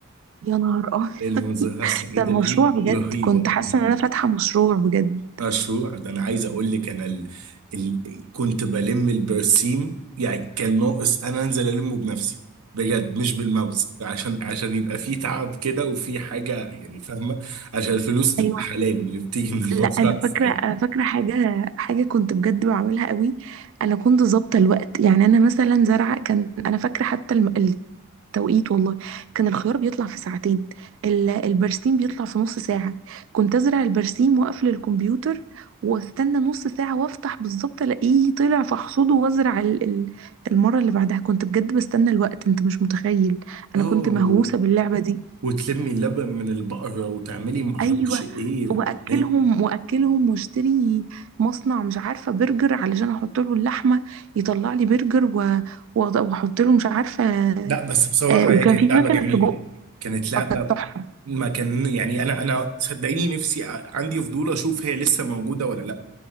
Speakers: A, on the right; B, on the right.
A: يا نهار ابيض
B: المنظرة
A: <laughs>
B: السعيدة
A: ده المشروع
B: دي
A: بجد
B: رهيبة
A: كنت حاسه ان انا فاتحه مشروع بجد
B: مشروع ده أنا عايز أقول لك أنا ال... ال... كنت بلم البرسيم يعني كان ناقص أنا أنزل ألمه بنفسي بجد مش بالماوس عشان عشان يبقى في تعب كده وفي حاجة يعني فاهمة عشان الفلوس تبقى
A: ايوه
B: حلال اللي بتيجي من المزرعة
A: لا انا فاكره
B: السعيدة
A: انا فاكره حاجه حاجه كنت بجد بعملها قوي انا كنت ظابطه الوقت يعني انا مثلا زرعه كان انا فاكره حتى توقيت والله كان الخيار بيطلع في ساعتين ال- البرسيم بيطلع في نص ساعة كنت أزرع البرسيم وأقفل الكمبيوتر واستنى نص ساعة وافتح بالظبط ألاقيه طلع فاحصده وأزرع ال- ال- المرة اللي بعدها كنت بجد بستنى الوقت أنت مش متخيل أنا
B: اه
A: كنت مهووسة
B: و...
A: باللعبة دي
B: وتلمي اللبن من البقرة وتعملي معرفش
A: أيوة
B: إيه وبتاع
A: وأكلهم وأكلهم واشتري مصنع مش عارفة برجر علشان أحط له اللحمة يطلع لي برجر و- وأحط له مش عارفة
B: لا بس بصراحة
A: آه، وكان
B: هي كانت
A: في مكنة
B: لعبة جميلة
A: سجق
B: يعني كانت لعبة
A: آه، كانت تحفة
B: ما كان يعني أنا أنا صدقيني نفسي ع- عندي فضول أشوف هي لسه موجودة ولا لأ